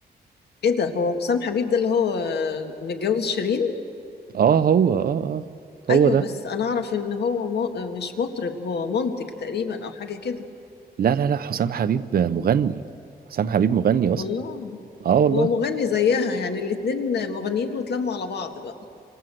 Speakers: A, on the left; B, on the right.
A: إيه ده هو حسام حبيب ده اللي هو متجوز شيرين؟
B: اه هو اه اه هو
A: أيوه
B: ده
A: بس أنا أعرف إن هو م... مش مطرب هو منتج تقريبا أو حاجة كده
B: لا لا لا حسام حبيب مغني حسام حبيب مغني
A: والله
B: اصلا اه والله
A: هو مغني زيها يعني الاتنين مغنيين واتلموا على بعض بقى